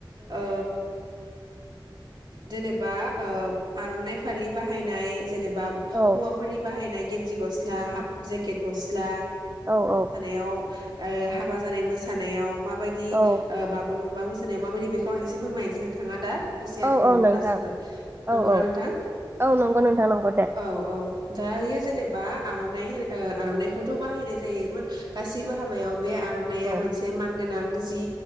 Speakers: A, on the right; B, on the right.
A: ओ जेनेबा ओ आर'नाइ फालि बाहायनाय जेनेबा
B: औ
A: हौवाफोरनि बाहायनाय गेन्जि गस्ला हाफ जेकेट गस्ला
B: औ औ
A: याव ओ हाबा जानाय मोसानायाव माबायदि
B: औ
A: ओ बागुरुमबा मोसानायाव माबायदि बेखौ आं एसे फोरमायनोसै नोंथाङा दा दसे आंनिखौबो
B: औ औ
A: खोनासंगोन
B: नोंथां
A: नंगौना
B: औ औ
A: नोंथां
B: औ नंगौ नोंथां नंगौ दे
A: औ औ दा इयो जेनेबा आर'नाइ हो ओ आर'नाइखौथ' बाहायनाय जायोमोन गासैबो हाबायाव बे आर'नाइआ
B: औ
A: मोनसे मानगोनां जि